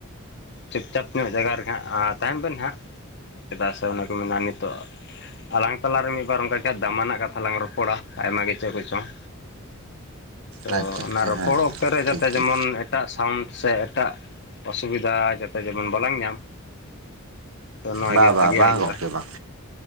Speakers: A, on the left (about 55°); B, on the right (about 75°).
A: ᱪᱩᱯᱪᱟᱯ ᱧᱚᱜ ᱡᱟᱭᱜᱨᱨ ᱦᱟᱸᱜ ᱟ ᱛᱟᱦᱮᱱ ᱵᱮᱱ ᱦᱟᱸᱜ। ᱥᱮᱫᱟᱭ ᱥᱮ ᱚᱱᱮᱠᱚ ᱢᱮᱱᱟ ᱱᱤᱛᱚᱜ ᱟᱞᱟᱝ ᱛᱟᱞᱟᱨᱮ ᱢᱤᱫ ᱵᱟᱨ ᱚᱱᱠᱟ ᱜᱮ ᱫᱟᱢᱟᱱᱟᱜ ᱠᱟᱛᱷᱟ ᱞᱟᱝ ᱨᱚᱯᱚᱲᱟ᱾ ᱟᱭᱢᱟ ᱜᱮ ᱪᱮᱫ ᱠᱚ ᱪᱚᱝ, ᱛᱚ
B: ᱟᱪᱪᱷᱟ ᱟᱪᱪᱷᱟ
A: ᱚᱱᱟ ᱨᱚᱯᱚᱲ
B: ᱦᱮᱸ
A: ᱚᱠᱛᱚ ᱨᱮ
B: ᱴᱷᱤᱠ
A: ᱡᱟᱛᱮ
B: ᱴᱷᱤᱠ
A: ᱡᱮᱢᱚᱱ ᱮ ᱴᱟᱜ ᱥᱟᱣᱩᱱᱰ ᱥᱮ ᱮᱴᱟᱜ ᱚᱥᱩᱵᱤᱫᱷᱟ ᱡᱟᱛᱮ ᱡᱮᱢᱚᱱ ᱵᱟᱞᱟᱝ ᱧᱟᱢ। ᱛᱚ ᱱᱚᱣᱟ
B: ᱵᱟ
A: ᱜᱮ ᱵᱷᱟᱜᱮᱭᱟᱜ
B: ᱵᱟ ᱵᱟᱝ
A: ᱦᱩᱭᱩᱜᱼᱟ
B: ᱜᱚᱝᱠᱮ ᱵᱟᱝ᱾